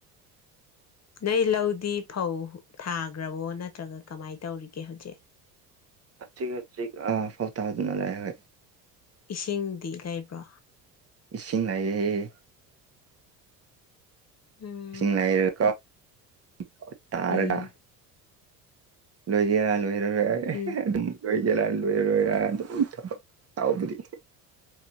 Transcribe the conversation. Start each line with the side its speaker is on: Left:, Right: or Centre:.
Left: ꯅꯣꯏ ꯂꯧꯗꯤ ꯐꯧ ꯊꯥꯈ꯭ꯔꯕꯣ ꯅꯠꯇ꯭ꯔꯒ ꯀꯃꯥꯏꯅ ꯇꯧꯔꯤꯒꯦ ꯍꯧꯖꯤꯛ
Right: ꯊꯤ ꯑꯥ ꯐꯥꯎ ꯇꯥꯗꯨꯅ ꯂ ꯂꯩꯑꯦ ꯍꯣꯏ <unintelligible>
Left: ꯏꯁꯤꯡꯗꯤ ꯂꯩꯕ꯭ꯔꯣ
Right: ꯏꯁꯤꯡ ꯂꯩꯌꯦ
Left: ꯎꯝ
Right: <unintelligible> ꯀꯣ ꯇꯥꯔꯒ
Left: ꯎꯝ
Right: ꯂꯣꯏꯒꯦꯔꯥ ꯂꯣꯏꯔꯔꯣꯏꯔ
Left: ꯎꯝ
Right: ꯑꯗꯨꯝ ꯂꯣꯏꯒꯦꯔꯥ ꯂꯣꯏꯔꯔꯣꯏꯔ ꯑꯗꯨꯝ ꯊꯕꯛ ꯍꯥꯎꯕꯗꯤ